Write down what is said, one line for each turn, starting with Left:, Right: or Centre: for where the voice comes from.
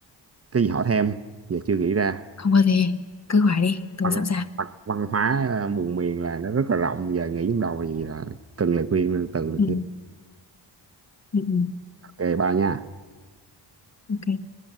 Right: cái gì hỏi thêm giờ chưa nghĩ ra
Left: không có gì cứ hỏi đi tôi
Right: văn
Left: sẵn sàng
Right: văn, văn hóa ờ, vùng miền là nó rất là rộng giờ nghĩ trong đầu gì là cần lời khuyên từ
Left: ừ,
Right: được
Left: ừ, ừ,
Right: ok ba nha
Left: ok